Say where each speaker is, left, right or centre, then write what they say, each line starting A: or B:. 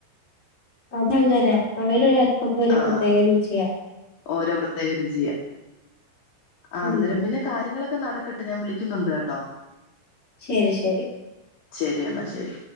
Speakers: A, on the left; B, on the left.
A: <unintelligible> അ ഒരു
B: ആഹ്
A: പ്രത്യേക രുചിയാ.
B: ഓരോ പ്രത്യേകരുചിയ ആ
A: ഉം
B: അന്നേരം പിന്നെ കാര്യങ്ങ ക്കെ നടക്കട്ട് ഞാൻ വിളിക്കുന്നുണ്ട് കേട്ടോ
A: ശരി ശരി
B: ശരി എന്നാ ശരി